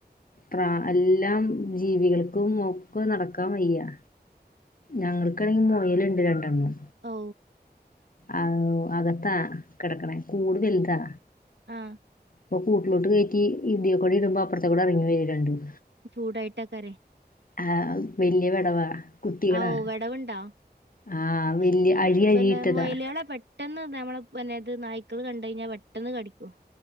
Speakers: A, on the left; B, on the right.
A: പ്ര എല്ലാം ജീവികൾക്കും ഒക്കെ നടക്കാൻ വയ്യാ ഞങ്ങൾക്കാണെങ്കി മോയലുണ്ട് രണ്ടെണ്ണം
B: ഓ
A: ആ അകത്താ കിടക്ക്ണെ കൂട് വലുതാ
B: ആഹ്
A: കൂട്ടിലോട്ട് കയറ്റി ഇതിയോ കൂടി ഇടുമ്പോ അപ്പുറേത്തെ കൂടെ ഇറങ്ങി വരും രണ്ടും
B: ചൂടായിട്ടക്കാരെ
A: ആഹ വലിയ വെടവാ കുട്ടികളാ
B: ഓ വിടവുണ്ടോ
A: ആ വല്യ
B: ശരി
A: അഴി
B: പിന്നെ
A: അഴിയിട്ടതാ
B: മൊയാലാളെ പെ പെട്ടെന്ന് നമ്മള പിന്നെ ത് നായ്ക്കൾ കണ്ട് കഴിഞ്ഞാൽ പെട്ടെന്ന് കടിക്കും.